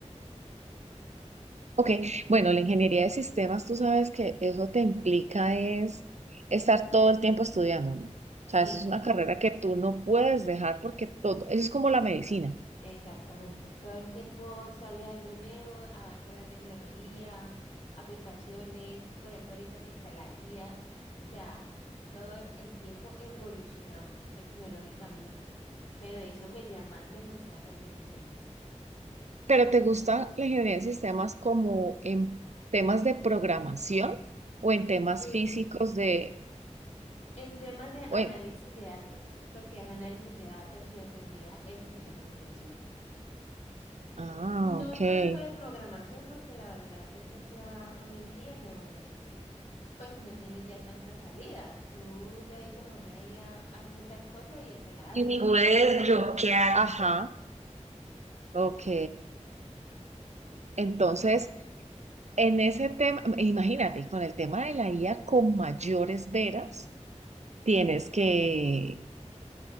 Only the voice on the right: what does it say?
Ok, bueno, la ingeniería de sistemas, tú sabes que eso te implica es estar todo el tiempo estudiando, ¿no? O sea,
eso es una carrera que tú no puedes dejar porque
todo, eso es como la medicina.
¿Pero te gusta la ingeniería de sistemas como en temas de programación o en temas
físicos de,
bueno,
ah,
ok.
y pude desbloquear. Ajá, ok. Entonces, en ese tema, imagínate, con el tema de la IA con mayores veras, tienes que,